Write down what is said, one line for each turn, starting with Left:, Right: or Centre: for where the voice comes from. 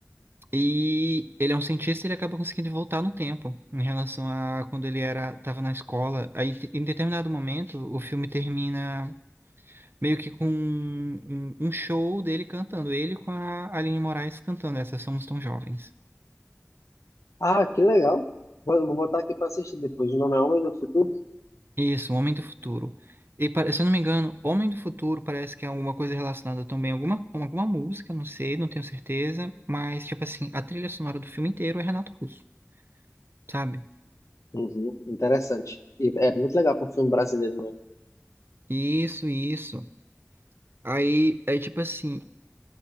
Right: E ele é um cientista, ele acaba conseguindo voltar no tempo, em relação a quando ele era, estava na escola. Aí, te- em determinado momento, o filme termina meio que com um, um show dele cantando, ele com a Aline Moraes cantando essa Somos Tão Jovens.
Left: Ah, que legal. Vou, vou botar aqui pra assistir depois. O nome é Homem do Futuro?
Right: Isso, Homem do Futuro. E, pa- se eu não me engano, Homem do Futuro parece que é alguma coisa relacionada também a alguma, com alguma música, não sei, não tenho certeza, mas, tipo assim, a trilha sonora do filme inteiro é Renato Russo, sabe?
Left: Uhum, interessante. E é muito legal para um filme brasileiro mesmo.
Right: Isso, isso. Aí é tipo assim,